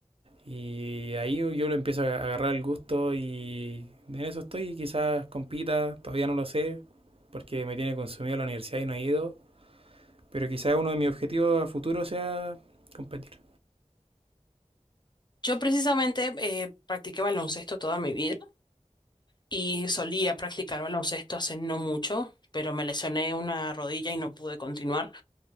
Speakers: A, on the right; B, on the left.
A: Y ahí yo le empiezo a agarrar el gusto y en eso estoy. Quizás compita, todavía no lo sé, porque me tiene consumido la universidad y no he ido. Pero quizás uno de mis objetivos a futuro sea competir.
B: Yo precisamente eh, practiqué baloncesto toda mi vida y solía practicar baloncesto hace no mucho, pero me lesioné una rodilla y no pude continuar.